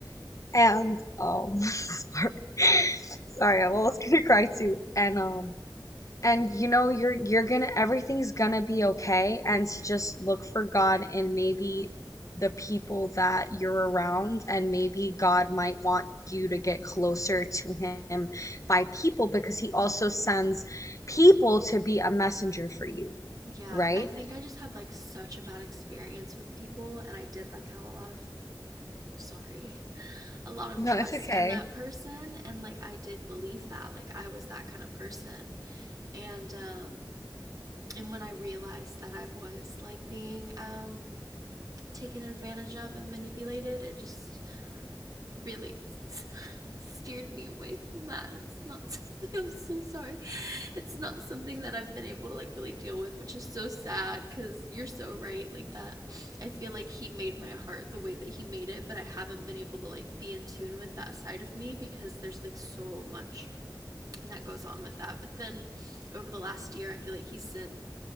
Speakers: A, on the left; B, on the right.
A: and um <laughs> sorry. Sorry, I'm almost gonna <laughs> cry too. And um and you know you're you're gonna everything's gonna be okay and to just look for God in maybe the people that you're around and maybe God might want you to get closer to him by people because he also sends people to be a messenger for you,
B: Yeah,
A: right?
B: I think I just had like such a bad experience with people, and I did like have a lot of sorry a lot of
A: No,
B: trust
A: it's okay.
B: in that person and like I did believe that like I was that kind of person and um and when I realized that I was like being um taken advantage of and manipulated it just really <laughs> steered me away from that. It's not <laughs> something I'm so sorry. It's not something that I've been able to like really deal with, which is so sad cuz you're so right like that. I feel like he made my heart the way that he made it, but I haven't been able to like be in tune with that side of me because there's like so much that goes on with that. But then over the last year, I feel like he sent